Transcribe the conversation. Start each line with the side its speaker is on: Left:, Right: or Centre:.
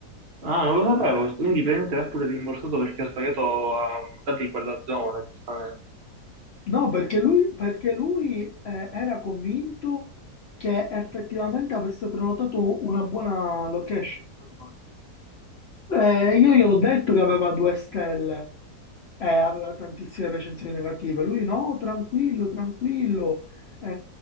Right: Ah, non lo sapevo, quindi praticamente l'ha pure rimborsato perché ha sbagliato a mandarti in quella zona, giustamente.
Left: No, perché lui, perché lui eh, era convinto che effettivamente avesse prenotato una buona location per noi. Eh, io gli ho detto che aveva due stelle. Eh, aveva tantissime recensioni negative. Lui no, tranquillo, tranquillo, eh,